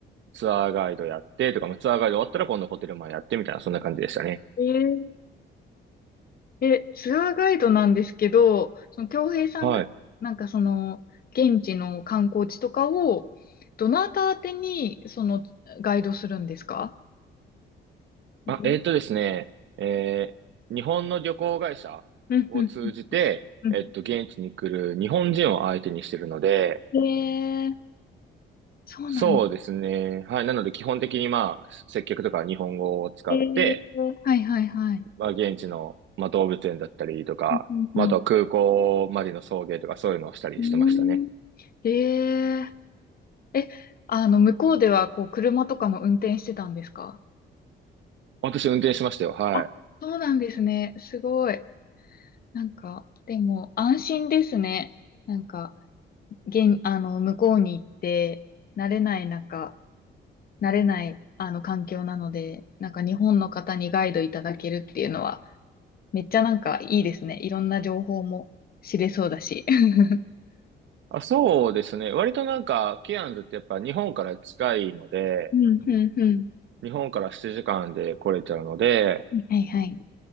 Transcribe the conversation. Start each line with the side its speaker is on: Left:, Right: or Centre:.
Right: ツアーガイドやってとか、まあ、ツアーガイド終わったら今度ホテルマンやってみたいな、そんな感じでしたね。
Left: えー、え、ツアーガイドなんですけど、その京平さんが、
Right: はい。
Left: なんかその、現地の観光地とかを、どなた宛てに、その、ガイドするんですかうん
Right: あ、えっとですね、えー日本の旅行会社を通じて、
Left: うん、うん、うん。
Right: えっと、現地に来る日本人を相手にしてるので、
Left: えー、そうなんだ。
Right: そうですね。はい。なので、基本的にまあ、接客とかは日本語を使って、
Left: えー、はいはいはい。
Right: まあ、現地の、まあ、動物園だったりとか、
Left: うん、うん、
Right: まあ、あとは空港までの送迎とかそういうのをしたりしてましたね。
Left: うん。うんえー、え、あの、向こうでは、こう、車とかも運転してたんですか
Right: 私運転しましたよ。はい。
Left: あ、そうなんですね。すごい。なんか、でも、安心ですね。なんか、現、あの、向こうに行って、慣れない中、慣れない、あの、環境なので、なんか、日本の方にガイドいただけるっていうのは、めっちゃなんかいいですね。いろんな情報も知れそうだし。<laughs>
Right: あ、そうですね。割となんか、ケアンズってやっぱ日本から近いので、
Left: うん、うん、うん。
Right: 日本から7時間で来れちゃうので、
Left: はいはい。